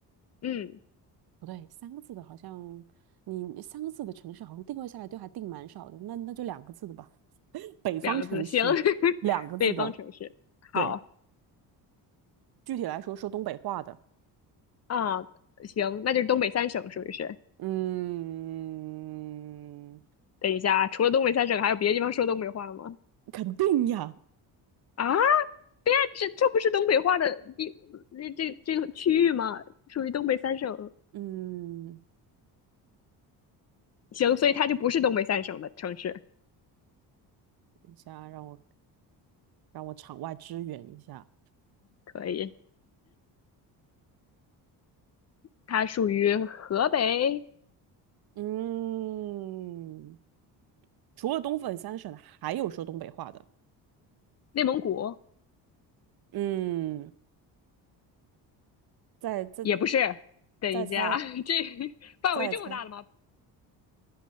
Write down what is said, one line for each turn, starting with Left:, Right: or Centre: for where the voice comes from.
Left: 嗯，
Right: 不对，三个字的好像你三个字的城市好像定位下来都还定蛮少的，那那就两个字的吧，北方城市，
Left: 两个字，行，<laughs>
Right: 两个字的，
Left: 北方城市，好。
Right: 对，具体来说说东北话的，
Left: 啊，行，那就是东北三省是不是？
Right: 嗯，
Left: 等一下啊，除了东北三省，还有别的地方说东北话吗？
Right: 肯定呀，
Left: 啊，这这不是东北话的地，那这这个区域吗？属于东北三省。
Right: 嗯，
Left: 行，所以它就不是东北三省的城市，
Right: 等一下让我让我场外支援一下。
Left: 可以，它属于河北、
Right: 嗯，除了东北三省，还有说东北话的。
Left: 内蒙古，
Right: 嗯，再再
Left: 也不是。等一下啊，
Right: 再猜，
Left: <laughs> 这范围这么大的吗？
Right: 再猜，